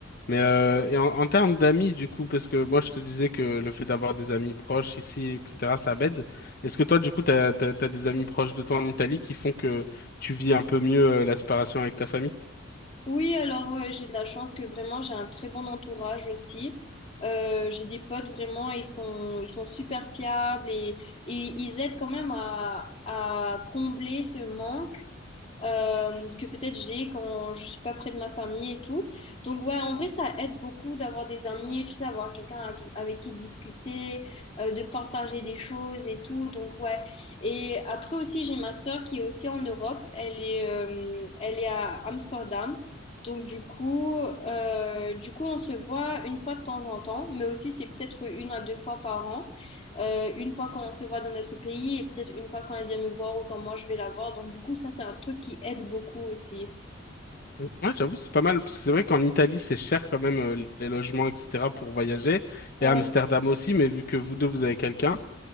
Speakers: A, on the left; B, on the left.
A: Mais euh, et en, en termes d'amis, du coup, parce que moi je te disais que le fait d'avoir des amis proches ici, etc., ça m'aide. Est-ce que toi, du coup, t'as, t'as, t'as des amis proches de toi en Italie qui font que tu vis un peu mieux euh, la séparation avec ta famille?
B: Oui, alors euh, j'ai de la chance que vraiment j'ai un très bon entourage aussi. Euh, j'ai des potes vraiment, ils sont, ils sont super fiables et, et ils aident quand même à, à combler ce manque euh, que peut-être j'ai quand je suis pas près de ma famille et tout. Donc ouais, en vrai, ça aide beaucoup d'avoir des amis, tu sais, avoir quelqu'un avec, avec qui discuter, euh, de partager des choses et tout. Donc ouais. Et après aussi, j'ai ma sœur qui est aussi en Europe. Elle est, euh, elle est à Amsterdam. Donc du coup, euh, du coup, on se voit une fois de temps en temps, mais aussi c'est peut-être une à deux fois par an euh, une fois quand on se voit dans notre pays et peut-être une fois quand elle vient me voir ou quand moi je vais la voir. Donc du coup, ça, c'est un truc qui aide beaucoup aussi.
A: Ouais, j'avoue, c'est pas mal, parce que c'est vrai qu'en Italie, c'est cher quand même euh, les logements, etc., pour voyager.
B: Ouais.
A: Et à Amsterdam aussi, mais vu que vous deux, vous avez quelqu'un,